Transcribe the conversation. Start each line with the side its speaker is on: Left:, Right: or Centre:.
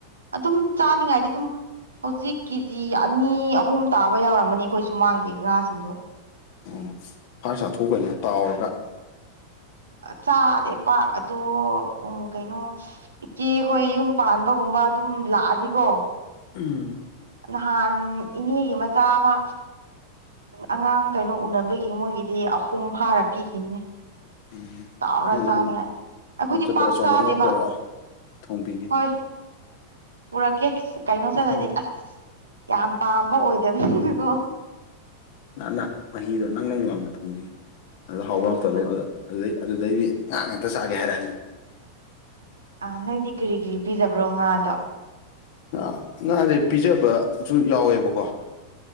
Right: ꯑꯗꯨꯝ ꯆꯥꯅꯤꯡꯉꯥꯏꯗꯤ ꯑꯗꯨꯝ ꯍꯧꯖꯤꯛ ꯀꯦꯖꯤ ꯑꯅꯤ ꯑꯍꯨꯝ ꯇꯥꯕ ꯌꯥꯎꯔꯝꯃꯅꯤ ꯑꯩꯈꯣꯏ ꯁꯨꯃꯥꯡꯒꯤꯦ ꯉꯥꯁꯤꯡꯗꯣ
Left: ꯎꯝ ꯐꯥꯔ ꯆꯥꯊꯣꯛꯀꯅꯤ ꯇꯥꯎꯔꯒ
Right: ꯆꯥꯗꯦ ꯄꯥꯛ ꯑꯗꯣ ꯎꯝ ꯀꯩꯅꯣ ꯏꯆꯦꯈꯣꯏ ꯌꯨꯝ ꯄꯥꯟꯕꯒꯨꯝꯕ ꯑꯗꯨꯝ ꯂꯥꯛꯑꯗꯤꯀꯣ
Left: ꯎꯝ
Right: ꯅꯍꯥꯟ ꯏꯅꯦꯒꯤ ꯃꯆꯥ ꯑꯃ ꯑꯉꯥꯡ ꯀꯩꯅꯣ ꯎꯅꯕꯒꯤ ꯃꯣꯏꯒꯤꯗꯤ ꯑꯍꯨꯝ ꯐꯥꯔ ꯄꯤꯈꯤꯅꯦ
Left: ꯎꯝ
Right: ꯇꯥꯎꯔ
Left: ꯅꯪ
Right: ꯆꯥꯅꯤ
Left: ꯅꯪ
Right: ꯍꯥꯏ ꯑꯩꯈꯣꯏꯗꯤ
Left: ꯌꯨꯝ ꯆꯠꯄꯗ
Right: ꯄꯥꯛ
Left: ꯑꯆꯧꯕ
Right: ꯆꯥꯗꯦꯕ
Left: ꯑꯃ ꯄꯣꯔꯛꯑꯣ ꯊꯣꯡꯕꯤꯒꯦ
Right: ꯍꯣꯏ ꯄꯨꯔꯛꯀꯦ ꯀꯩꯅꯣ ꯆꯠꯂꯗꯤ
Left: ꯎꯝ
Right: ꯑꯁ ꯌꯥꯝ ꯄꯥꯝꯕ ꯑꯣꯏꯗꯕꯅꯤ ꯑꯗꯨꯣ
Left: ꯅꯍ ꯅ ꯃꯍꯤꯗꯣ ꯅꯪ ꯅꯪ ꯂꯥꯡꯅ ꯊꯣꯡꯕꯤ ꯑ ꯍꯥꯎꯕꯔꯛꯇꯕꯅꯤꯅ
Right: ꯎꯝ
Left: ꯑꯗꯣ ꯑꯗꯨꯗꯩ ꯑꯗꯨꯗꯩꯗꯤ ꯆꯥꯒꯦ ꯍꯥꯏꯔꯛꯑꯅꯤ
Right: ꯑꯥ ꯅꯪꯗꯤ ꯀꯔꯤ ꯀꯔꯤ ꯄꯤꯖꯕ꯭ꯔꯣ ꯉꯥꯗꯣ
Left: ꯉꯥ ꯉꯥꯁꯦ ꯄꯤꯖꯕꯁꯨ ꯌꯥꯎꯋꯦꯕꯀꯣ